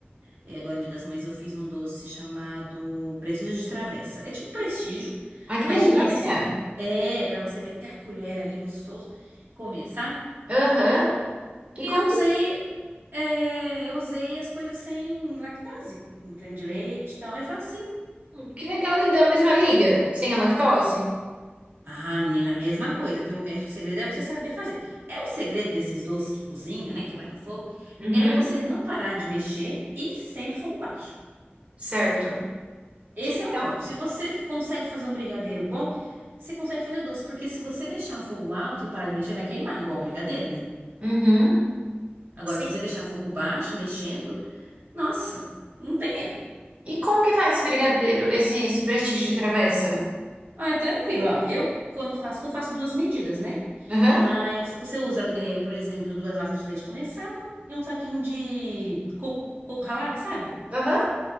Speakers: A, on the right; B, on the right.
A: é, agora no Dia das Mães, eu fiz um doce chamado Prestígio de Travessa. É tipo um prestígio,
B: Ai, que
A: mas
B: delícia.
A: de travessa. É, pra você meter a colher ali gostoso e comer, sabe?
B: Aham. E
A: E
B: como
A: Eu usei
B: que...
A: É, eu usei as coisas sem lactase, um creme de leite e tal, é facinho.
B: hum, que legal, ele da mesma liga, sem a lactose?
A: Ah, menina, mesma coisa, viu? É, o segredo é você saber fazer. É o segredo desses doces que cozinha, né, que vai no fogo,
B: Uhum.
A: é você não parar de mexer e sempre fogo baixo.
B: Certo.
A: Esse
B: Que legal.
A: é o ponto. Se você consegue fazer um brigadeiro bom, você consegue fazer doce, porque se você deixar o fogo alto e parar de mexer, vai queimar, igual o brigadeiro, né?
B: Uhum.
A: Agora,
B: Sim.
A: se você deixar o fogo baixo, e mexendo, nossa, não tem erro.
B: E como que faz esse brigadeiro, esse, esse prestígio de travessa?
A: Ah, é tranquilo, ó. Eu, quando faço, que eu faço duas medidas, né?
B: Aham.
A: Mas você usa, é, por exemplo, duas latas de leite condensado e um saquinho de coco, coco ralado, sabe?
B: Aham.